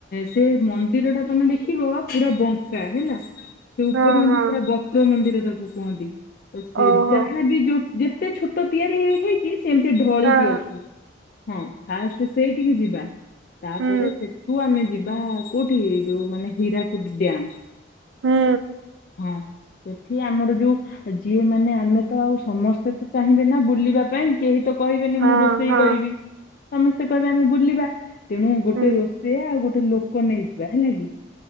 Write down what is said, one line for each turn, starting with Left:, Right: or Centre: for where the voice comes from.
Left: ସେ ମନ୍ଦିରଟା ତମେ ଦେଖିବ ପୁରା ବଙ୍କା, ହେଲା। ସେ ଉପରୁ
Right: ହଁ
Left: ଏନ୍ତି
Right: ହଁ
Left: ପୁରା ବକ୍ର ମନ୍ଦିର ତାକୁ କୁହନ୍ତି। ତ ସେ
Right: ଓହୋ।
Left: ଯାହାବି ଯୋଉ ଯେତେ ଛୋଟ ତିଆରି ହେଇଛି ସେମିତି ଢଳିକି
Right: ହଁ ହଁ
Left: ଅଛି। ହଁ ଫାଷ୍ଟ ସେଇଠିକି ଯିବା। ତାପରେ
Right: ହୁଁ
Left: ସେଠୁ ଆମେ ଯିବା କୋଉଠି? ଯୋଉ ମାନେ ହୀରାକୁଦ ଡ୍ୟାମ।
Right: ହୁଁ
Left: ହଁ ସେଠି ଆମର ଯୋଉ ଯିଏ ମାନେ ଆମେ ତ ଆଉ ସମସ୍ତେ ତ ଚାହିଁବେ ନା ବୁଲିବା ପାଇଁ। କେହି ତ କହିବେନି
Right: ହଁ
Left: ମୁଁ ରୋଷ ରୋଷେଇ
Right: ହଁ
Left: କରିବି। ସମସ୍ତେ କହିବେ ଆମେ ବୁଲିବା। ତେଣୁ ଗୋଟେ
Right: ହୁଁ
Left: ରୋଷେଇଆ ଆଉ ଗୋଟେ ଲୋକ କୁ ନେଇଯିବା। ହେଲା କି?